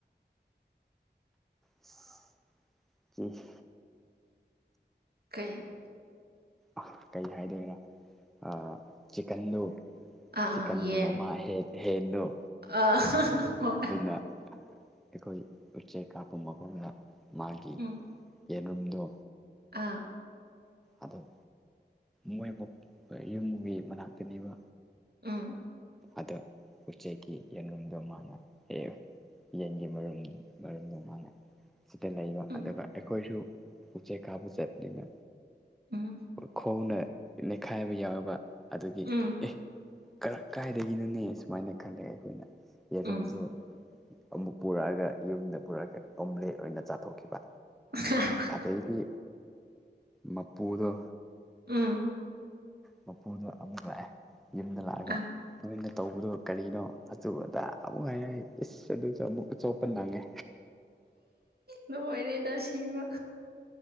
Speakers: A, in the centre; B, on the right.
A: UNINTELLIGIBLE
B: ꯀꯩ
A: ꯑ ꯀꯩ ꯍꯥꯏꯗꯣꯏꯅꫭ ꯑꯥ ꯆꯤꯀꯟꯗꯣ
B: ꯑꯥ
A: ꯆꯤꯀꯟꯒꯤ
B: ꯑꯥ ꯌꯦꯟ
A: ꯃꯃꯥ ꯍꯦ ꯍꯦꯟꯗꫭ
B: ꯑꯥ ꯍꯣꯏ
A: ꯑꯗꯨꯅ ꯑꯩꯈꯣꯏ ꯎꯆꯦꯛ ꯀꯥꯞꯄ ꯃꯐꯝꯗ ꯃꯥꯒꯤ
B: ꯎꯝ
A: ꯌꯦꯔꯨꯝꯗꯣ
B: ꯑꯥ
A: ꯑꯗꫭ ꯃꯣꯏꯕꯨ ꯌꯨꯝꯒꯤ ꯃꯅꯥꯛꯇꯅꯦꯕ
B: ꯎꯝ
A: ꯑꯗꯥ ꯎꯆꯦꯛꯀꯤ ꯌꯦꯟꯔꯨꯝꯗꯣ ꯃꯥꯅ ꯍꯦ ꯌꯦꯟꯒꯤ ꯃꯔꯨꯝ ꯃꯔꯨꯝꯗꯣ ꯃꯥꯅ ꯁꯤꯗ ꯂꯩꯕ
B: ꯎꯝ
A: ꯑꯗꯨꯒ ꯑꯩꯈꯣꯏꯁꯨ ꯎꯆꯦꯛ ꯀꯥꯕ ꯆꯠꯅꯤꯅ
B: ꯎꯝ
A: ꯈꫭꯟꯅ ꯅꯩꯈꯥꯏꯕ ꯌꯥꯎꯕ ꯑꯗꯨꯒꯤ
B: ꯎꯝ
A: ꯑꯦ ꯀꯥꯏꯗꯒꯤꯅꯅꯦ ꯁꯨꯃꯥꯏꯅ ꯈꯜꯂꯦ ꯑꯩꯈꯣꯏꯅ ꯌꯦꯔꯨꯝꯗꫭ
B: ꯎꯝ
A: ꯑꯃꯨꯛ ꯄꯨꯔꯛꯑꯒ ꯌꯨꯝꯗ ꯄꯨꯔꯛꯑꯒ ꯑꯣꯝꯂꯦꯠ ꯑꯣꯏꯅ ꯆꯥꯊꯣꯛꯈꯤꯕ
B: UNINTELLIGIBLE
A: ꯑꯗꯩꯗꯤ ꯃꯄꯨꯗꯣ
B: ꯎꯝ
A: ꯃꯄꯨꯗꯣ ꯑꯃꯨꯛ ꯂꯥꯛꯑꯦ ꯌꯨꯝꯗ ꯂꯥꯛꯑꯒ
B: ꯑ
A: ꯅꯣꯏꯅ ꯇꯧꯕꯗꯣ ꯀꯔꯤꯅꯣ ꯑꯆ ꯑꯗꯥ ꯑꯃꯨꯛ ꯍꯥꯏꯔꯏ ꯏꯁ ꯑꯗꯨꯁꯨ ꯑꯃꯨꯛ ꯑꯆꯣꯞꯄ ꯅꯪꯉꯦ
B: ꯅ ꯑꯣꯏꯔꯩꯗ ꯁꯤꯁꯤꯡꯕ